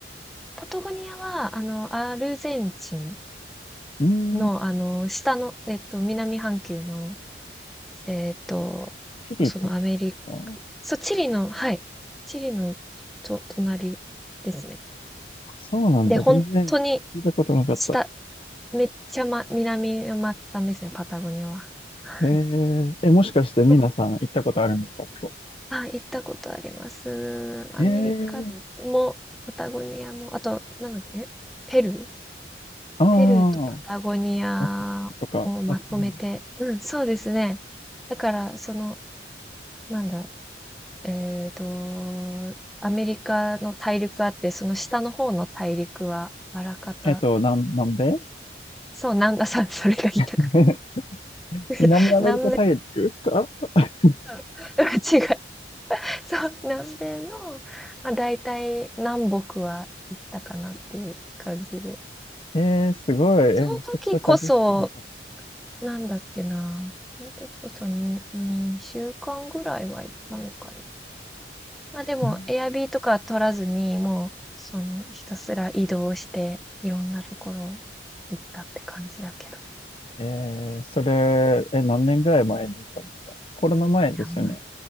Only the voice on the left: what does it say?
う。うーん、
チリと
あー
そうなんだ。
全然聞いたことなかった。
えー、え、もしかして皆さん行ったことあるんですか、
そこ。
えー、
ああ、
マチュピチュとか、マチュも。
えっと、南、南米
<laughs> 南アメリカ大陸か
<laughs>
えー、すごい。
え、めちゃくちゃ旅してるじゃん。
うん
えー、それ、え、何年ぐらい前に行ったんですかコロナ前ですよね。